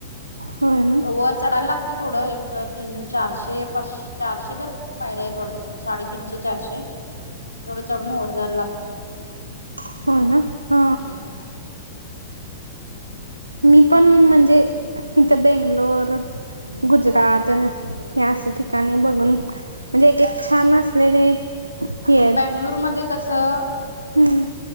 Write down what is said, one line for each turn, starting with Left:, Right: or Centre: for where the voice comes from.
Right: होय ना
Left: वर चढायला लाग ते थोडं एक तीन चारशे पाच चारशे तर पायऱ्या आहेत वाडत. साडेतीनशे चारशे तेवढं चढून वर जायला लागतय.
Right: हो ना ह.
Left: हम्म
Right: मी पण म्हणजे इथं बेंगलोर गुजरात
Left: हम्म
Right: ह्या अस ठिकाणी
Left: हम्म
Right: बघून म्हणजे एक छान असलेले. हे आहेत
Left: बेंगलोर मध्ये कसं
Right: हम्म